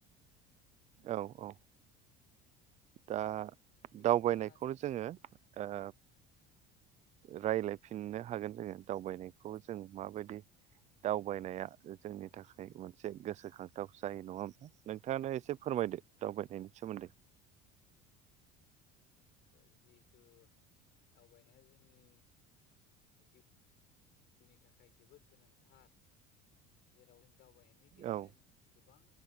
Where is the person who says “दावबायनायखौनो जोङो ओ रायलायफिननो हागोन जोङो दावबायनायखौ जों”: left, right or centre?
Right